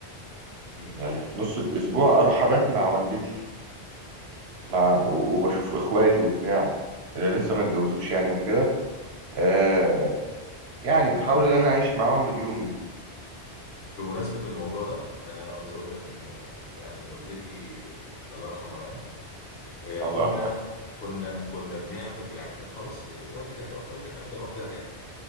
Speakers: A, on the left (about 75°); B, on the right (about 70°).
A: مم.
B: يعني في نص الاسبوع اروح ابات مع والدتي مع و- وبشوف اخواتي وبتاع اللي لسه ما اتجوزوش يعني وكده آه، يعني بحاول ان انا اعيش معاهم اليوم يعني
A: بمناسبة الموضوع ده أنا عاوز أقول لك إن يعني والدتي الله يرحمها يعني آه،
B: الله
A: كنا
B: يرحمه
A: كنا كنا بنعمل يعني كانت خلاص آه، والدي كانت توفى كانت قاعدة لوحدها يعني